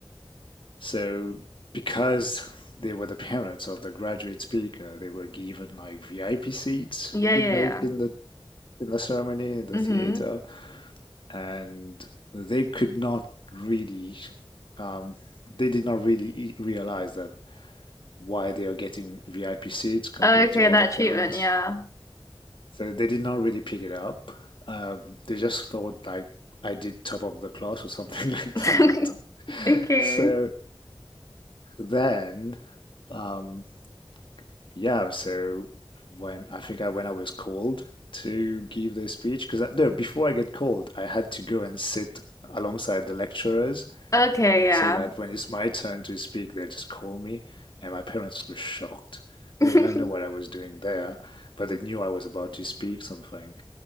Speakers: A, on the left; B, on the left.
A: So because they were the parents of the graduate speaker, they were given like VIP seats
B: Yeah,
A: in
B: yeah,
A: the
B: yeah.
A: in the in the ceremony in the
B: Mm-hmm.
A: theater, and they could not really um, they did not really e- realize that why they are getting VIP seats compared
B: Okay,
A: to other
B: that
A: parents.
B: treatment, yeah.
A: So they did not really pick it up. Um, they just thought like I did top of the class or something like
B: <laughs>
A: that. <laughs>
B: Okay.
A: So then um, Yeah, so when I think I when I was called to give the speech, because I, no, before I get called, I had to go and sit alongside the lecturers
B: Okay, yeah.
A: so that when it's my turn to speak, they just call me. And my parents were shocked.
B: <laughs>
A: They didn't know what I was doing there, but they knew I was about to speak something.